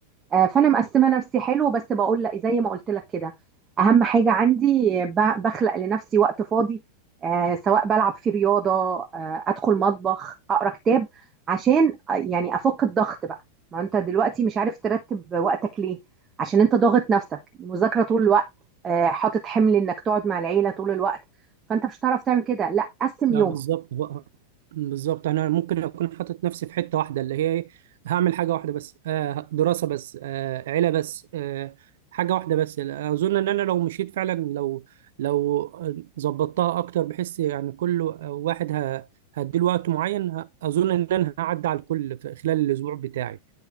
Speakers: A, on the right; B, on the right.
A: آه، فانا مقسمه نفسي حلو بس بقول لا زي ما قلت لك كده اهم حاجه عندي ب- بخلق لنفسي وقت فاضي آه، سواء بلعب في رياضه آه، ادخل مطبخ اقرا كتاب عشان آه، يعني افك الضغط بقى ما انت دلوقتي مش عارف ترتب وقتك ليه عشان انت ضاغط نفسك مذاكره طول الوقت آه، حاطط حمل انك تقعد مع العيله طول الوقت فانت مش هتعرف تعمل كده لا قسم
B: لا
A: يومك
B: بالظبط هو- بالظبط انا ممكن اكون حاطط نفسي في حته واحده اللي هي إيه؟ هعمل حاجه واحده بس آه، دراسه بس آه، عيله بس آه، حاجه واحده بس اظن ان انا لو مشيت فعلا لو لو ظبطتها اكتر بحس يعني كل واحد ه- هديله وقت معين ه- اظن ان انا هعدي على الكل في خلال الاسبوع بتاعي